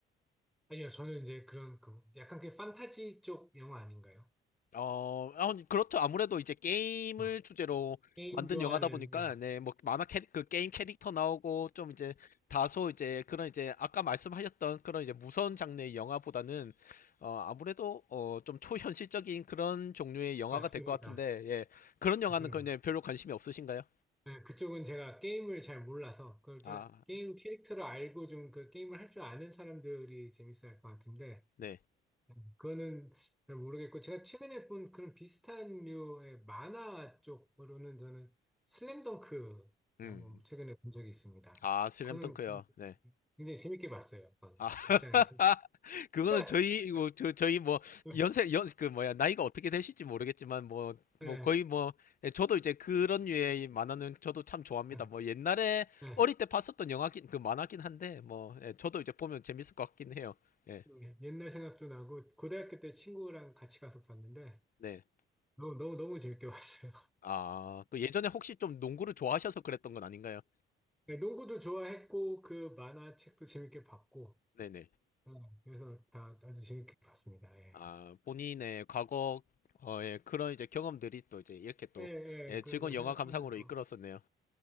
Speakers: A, in the centre; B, on the left.
A: 아니요, 저는 이제 그런 그 약간 그 판타지 쪽 영화 아닌가요?
B: 어, 아, 그렇죠. 아무래도 이제 게임을
A: 어.
B: 주제로
A: 게임
B: 만든
A: 좋아하는,
B: 영화다 보니까,
A: 예.
B: 네, 뭐, 만화 캐릭, 그 게임 캐릭터 나오고, 좀 이제, 다소 이제, 그런 이제, 아까 말씀하셨던 그런 이제 무서운 장르의 영화보다는, 어, 아무래도, 어, 좀 초현실적인 그런 종류의 영화가
A: 맞습니다.
B: 될 것 같은데, 예. 그런 영화는
A: 맞습니다.
B: 그냥 별로 관심이 없으신가요?
A: 네, 그쪽은 제가 게임을 잘 몰라서 그 이제
B: 아,
A: 게임 캐릭터를 알고 좀 그 게임을 할 줄 아는 사람들이 재밌어 할 것 같은데
B: 네.
A: 네, 그거는 잘 모르겠고 제가 최근에 본 그런 비슷한 류의 만화 쪽으로는 저는 슬램덩크를
B: 음.
A: 한번 최근에 본 적이 있습니다.
B: 아, 슬램덩크요.
A: 그거는
B: 네.
A: 굉장히 재밌게 봤어요. 그건
B: 아, <laughs>
A: 극장에서.
B: 그거는
A: <laughs>
B: 저희 이거 저, 저희 뭐
A: 네,
B: 연세 연 그 뭐야 나이가 어떻게 되실지 모르겠지만 뭐 뭐
A: 네,
B: 거의 뭐 예, 저도 이제 그런 류의 이 만화는 저도 참 좋아합니다.
A: 네,
B: 뭐 옛날에
A: 네.
B: 어릴 때 봤었던 영화긴 그 만화긴 한데 뭐 예, 저도 이제 보면 재밌을 것 같긴 해요. 예.
A: 네, 옛날 생각도 나고 고등학교 때 친구랑 같이 가서 봤는데
B: 네.
A: 너무 너무 너무 재밌게 봤어요.
B: 아, 그 예전에 혹시 좀 농구를 좋아하셔서 그랬던 건 아닌가요?
A: 네, 농구도 좋아했고 그 만화책도 재밌게 봤고
B: 네네.
A: 어, 그래서 다 아주 재밌게 봤습니다. 예.
B: 아, 본인의 과거 어, 예, 그런 이제 경험들이 또 이제 이렇게 또
A: 예, 예,
B: 예,
A: 그런
B: 즐거운
A: 걸
B: 영화
A: 생각하면서
B: 감상으로 이끌었었네요.